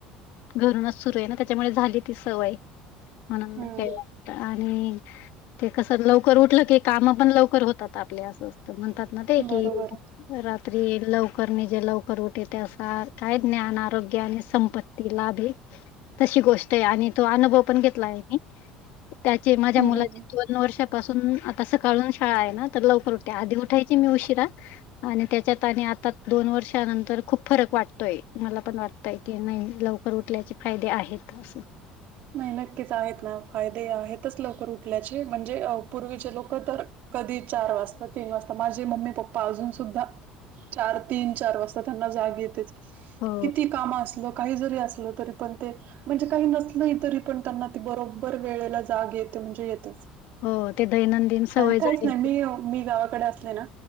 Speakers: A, on the left; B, on the right.
A: घरूनच सुरू आहे ना. त्याच्यामुळे झाली ती सवय. म्हणून
B: हम्म,
A: नाही ठेवत आणि ते कसं लवकर उठलं की काम पण लवकर होतात आपले असं असतात म्हणतात ना ते
B: बरोबर.
A: कि रात्री लवकर निजे लवकर उठे ते असं काय? ज्ञान, आरोग्य, आणि संपत्ती. तिला लाभ आहे, तशी गोष्ट आहे आणि तो अनुभव. पण घेतला आहे मी त्याच्या माझ्या
B: हम्म
A: मुलाची. <inaudible> दोन वर्षापासून आता सकाळून शाळा आहे ना तर लवकर उठते आधी उठायची मी उशिरा आणि त्याच्यात आणि आता दोन वर्षानंतर खूप फरक वाटतोय मला पण वाटतंय की नाही लवकर उठल्याचे फायदे आहेत. खासं
B: नाही नक्कीच आहेत ना फायदे आहेतच लवकर उठल्याचे म्हणजे पूर्वीचे अ लोकं तर कधी चार वाजता तीन वाजता माझे मम्मी पप्पा अजून सुद्धा चार तीन चार वाजता त्यांना जाग येतेच.
A: हो
B: किती पण कामं असलो काही जरी असलो तरी पण ते म्हणजे काही नस नाही तरी पण त्यांना ती बरोबर वेळेला जाग येते म्हणजे येतेच.
A: हो ते दैनंदिन सवय
B: आणि
A: झाली
B: काहीच नाही मी मी गावाकडे अस सले ना